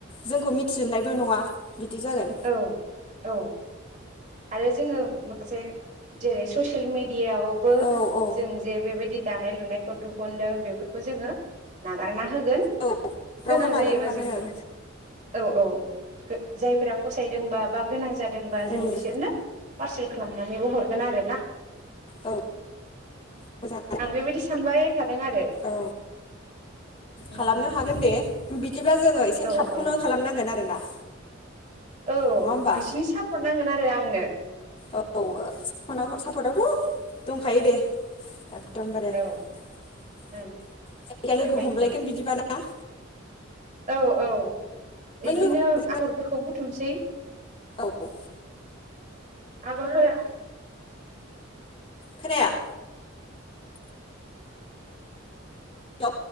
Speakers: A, on the left; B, on the right.
A: जोंखौ मिथिजोबनायबो नङा बिदि जागोन
B: औ औ आरो जोङो से जेरै ससियेल मिड डियावबो
A: औ औ
B: जों जे बेबायदि दानाय लुनायखौ दिहुनदों बेफोरखौ जोङो नागारना हो गोन
A: औ बेफ्रावबो
B: गोनां
A: नागारनो
B: जायोबा
A: हागोन
B: जोंखो
A: ओं
B: औ औ <unintelligible> जायफ्रा फसायदोंबा बा गोनां जादोंबा
A: उम
B: जों बिसोरनो पार्सेल खालाम नानैबो हरगोन आरोना
A: औ मोजां
B: आं बेबायदि सानबाय थादों आरो
A: औ
B: उम
A: खालामनो हागोन दे बिदिब्ला जोङो एसे
B: औ
A: थाबखौनो
B: औ
A: खालामनांगोन आरोना
B: औ
A: नङा होमबा
B: नोंसिनि सापर्ट नांगोन आरो आंनो
A: औ ओ <unintelligible> सापर्टआवथ' दंखायो दे एकदमबारे
B: औ
A: जायखाया
B: ओं बेबायदिनो
A: लोगो हमलायगोन बिदिबा ना आ
B: औ औ इदिनो
A: लोगो
B: आगरफोरखौ बुथुमसै
A: औ
B: आगरफोरा
A: खोनाया द